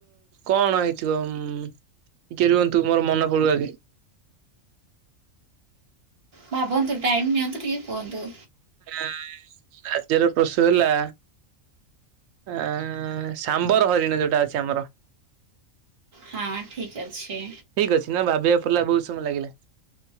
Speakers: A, on the right; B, on the right.
A: କଣ ହେଇଥିବ ଉଁ ଟିକେ ରୁହନ୍ତୁ ମୋର ମନ ପଡୁ ଆଗେ।
B: ଭାବନ୍ତୁ ଟାଇମ୍ ନିଅନ୍ତୁ ଟିକେ କୁହନ୍ତୁ।
A: ଏଁ ରାଜ୍ୟର ପଶୁ ହେଲା ଆଃ ସାମ୍ବର ହରିଣ ଯେଉଁଟା ଅଛି ଆମର।
B: ହଁ ଠିକ ଅଛି।
A: ଠିକ୍ ଅଛି ନା ଭାବିବାକୁ ପଡିଲା ବହୁତ ସମୟ ଲାଗିଲା।